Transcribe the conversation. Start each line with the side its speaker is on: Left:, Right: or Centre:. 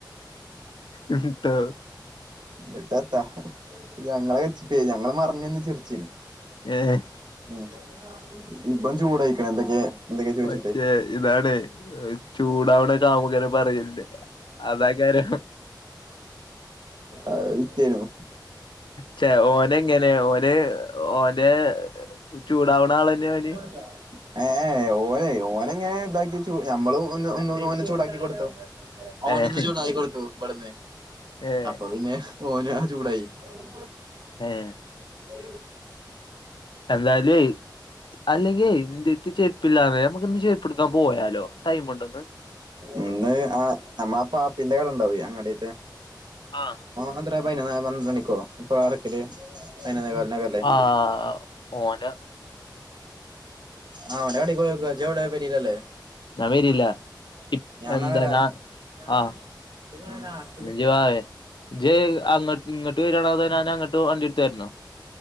Left: ൻട്ടോ?
Right: എന്നിട്ട എത്താ ഞങ്ങള് എച്ച് പി ഞങ്ങള് മറഞ്ഞിന്ന് ചിർച്ചിനു.
Left: ഏഹ്
Right: ഉം, ഇബൻ ചൂടായിക്കണ് എന്തൊക്കെ എന്തൊക്കാ ചോദിച്ചിട്ടേ
Left: മറ്റേ ഇതാണ് ചൂടാവ്ണെ കാമുകനെ പറയല്ലേ അതാക്കാരം.
Right: അയ് വിറ്റേനു.
Left: ചെ ഓന് എങ്ങനെ ഓന്, ഓന് ചൂടാവ്ണ ആളന്നെ ഓന്.
Right: ഇല്ല ഏഹ്, ഏഹ് ഓനെ ഓനങ്ങനെ ഇതാക്കി ചു ഞമ്മളും ഒന്നു, ഒന്നു ഓനെ ചൂടാക്കി കൊടുത്തു. ഓനൊന്ന്
Left: ഏഹ്
Right: ചൂടായി കൊടുത്തു ഇബട്ന്ന്,
Left: ഏഹ്
Right: അപ്പൊ പിന്നെ ഓന് ആഹ് ചൂടായി. ഉം
Left: ഏഹ്
Right: എ
Left: എന്തായാലു അല്ലെങ്കിലെ ഇന്റട്ത്ത് ചെരുപ്പില്ലാന്ന്, നമ്മക്ക് ഇന്ന് ചെരുപ്പ് എടുക്കാൻ പോയാലോ ടൈമുണ്ടോ ഇന്ന്.
Right: ഇന്ന് ആ നമ്മള പാപ്പിന്റെ കട ഇണ്ടാവ് അങ്ങാടിത്തെ.
Left: ആഹ്
Right: അതത്രേ പതിനൊന്ന് പന്ത്രണ്ട് മണിക്കോ എപ്പോഴാ അടക്കല് പതിനൊന്ന് കാലിനൊക്കെ. അല്ലേ
Left: ആഹ്, ഓന്റ
Right: ആഹ്, ഓന്റെ കടേക്ക് പൊയ്നോക്കാ ഇജ്ജ് എവിടെ പെരെലല്ലേ?
Left: ഞാൻ വരില്ല
Right: <inaudible>
Left: ഇപ്
Right: ഞാൻ
Left: എന്താ
Right: ഇന്നാ വരാ
Left: ഞാ
Right: <unintelligible>
Left: ആഹ് ഇജ്ജ് വായെ, ഇജ്ജ് അങ്ങ ഇങ്ങട്ട് വരാണോ അതോ ഞാൻ അങ്ങട്ട് വണ്ടി എടുത്ത് വരണോ?